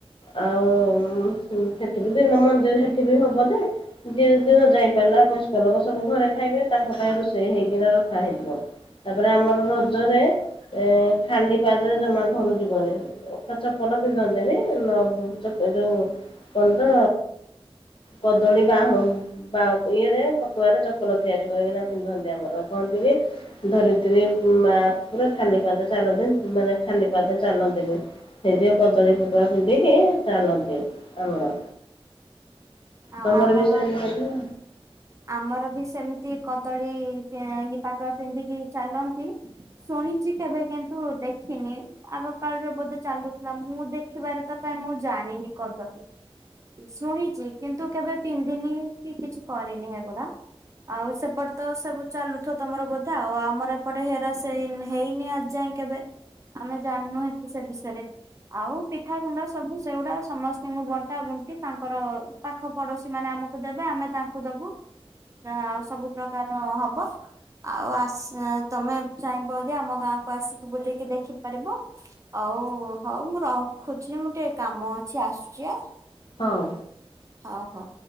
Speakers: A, on the left; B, on the right.
A: ଆଉ ସେଠି ବି ବିନା ମନ୍ଦିର ସେଠି ବି ହବ ଯେ ଯେ ଦିନ ଯାଇପାରିଲା ବୟସ୍କ ଲୋକ ସବୁ ଘରେ ଖାଇବେ ତାଙ୍କ ପାଇଁ ରୋଷେଇ ହେଇକିନା ରଖା ହେଇଥିବ। ତାପରେ ଆମର ରଜରେ ଏ ଖାଲି ପାଦରେ ଜମା ଘରୁ ଯିବନି ଖଚ ପଲ ପିନ୍ଧନ୍ତିନି ଯୋଉ କଣତ କଦଳୀ ବାହ ବା ଇଏରେ ପଟୁଆରେ ଚପଲ ତିଆରି କରିକିନା ପିନ୍ଧନ୍ତି ଆମର କହନ୍ତି କି ଧରିତ୍ରୀ ମା ପୁରା ଖାଲି ପାଦ ଚାଲନ୍ତି ମାନେ ଖାଲି ପାଦ ଚାଲନ୍ତିନି ସେଠି କଦଳୀ ପୋଟକା ପିନ୍ଧିକି ଚାଲନ୍ତି ଆମର।
B: ଆଉ
A: ତମର
B: ଆମର
A: ବି ସେମତି କରୁଥିବ।
B: ଆମର ବି ସେମିତି କଦଳୀ ଇ ପାଟ ପିନ୍ଧିକି ଚାଲନ୍ତି। ଶୁଣିଛି କେବେ କିନ୍ତୁ ଦେଖିନି। ଆଗ କାଳରେ ବୋଧେ ଚାଲୁଥିଲା ମୁଁ ଦେଖିବାରେ ତ କାହିଁ ମୁଁ ଜାଣିନି କଦଳୀ ଶୁଣିଛି କିନ୍ତୁ କେବେ ପିନ୍ଧିନି କି କିଛି କରିନି ଏଗୁଡା। ଆଉ ସେପଟେ ତ ସବୁ ଚାଲୁଥ ତମର ବୋଧେ ଆଉ ଆମର ଏପଟେ ହେରାସ ହେଇନି ଆଜି ଯାଏ କେବେ ଆମେ ଜାଣିନୁହନ୍ତି ସେ ବିଷୟରେ। ଆଉ ପିଠାଗୁଣ୍ଡା ସବୁ ସେଗୁଡା ସମସ୍ତଙ୍କୁ ବଣ୍ଟା ବଣ୍ଟି ତାଙ୍କର ପାଖ ପଡୋଶୀ ମାନେ ଆମକୁ ଦେବେ ଆମେ ତାଙ୍କୁ ଦବୁ ଆଉ ସବୁ ପ୍ରକାର ହବ। ଆଉ ଆସ ତମେ ଚାହିଁବ ଯଦି ଆମ ଗାଁକୁ ଆସିକି ବୁଲିକି ଦେଖିପାରିବ। ହଉ ହଉ ମୁଁ ରଖୁଛି ମୁଁ ଟିକେ କାମ ଅଛି ଆସୁଛି ଆ
A: ହଉ।
B: ହଉ ହଉ।